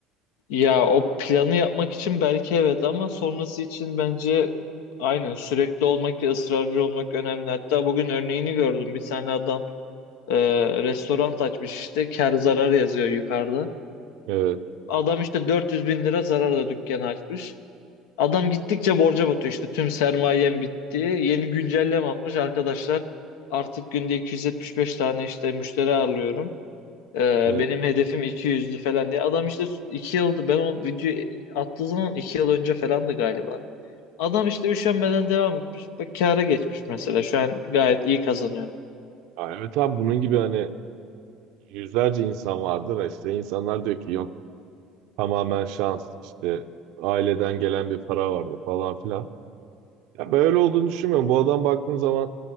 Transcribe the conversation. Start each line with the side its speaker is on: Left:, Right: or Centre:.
Left: Ya o planı yapmak için belki evet ama sonrası için bence aynen sürekli olmak ve ısrarcı olmak önemli. Hatta bugün örneğini gördüm. Bir tane adam e, restoran açmış işte kar zarar yazıyor yukarıda.
Right: Evet,
Left: Adam işte 400 bin lira zararla dükkanı açmış. Adam gittikçe borca batıyor işte tüm sermayem bitti. Yeni güncelleme atmış arkadaşlar. Artık günde 275 tane işte müşteri ağırlıyorum. Ee,
Right: evet.
Left: benim hedefim 200'dü falan diye. Adam işte 2 yıldı ben o videoyu attığı zaman 2 yıl önce falandı galiba. Adam işte üşenmeden devam etmiş. Bak kâra geçmiş mesela şu an gayet iyi kazanıyor.
Right: Aa, evet abi bunun gibi hani yüzlerce insan vardır. İşte insanlar diyor ki yok tamamen şans işte aileden gelen bir para vardı falan filan. Ya böyle olduğunu düşünmüyorum. Bu adam baktığın zaman